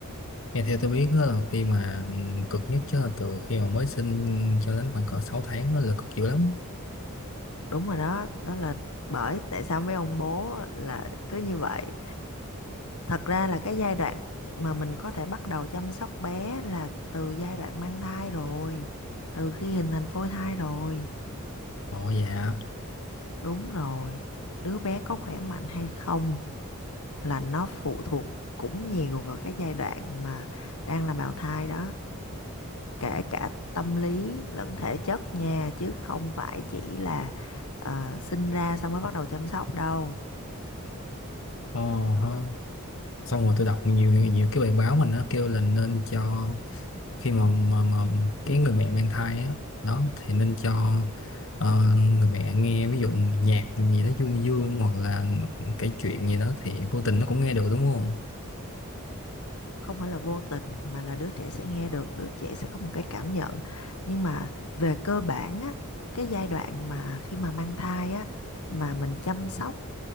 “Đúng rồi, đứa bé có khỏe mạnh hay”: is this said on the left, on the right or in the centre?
Left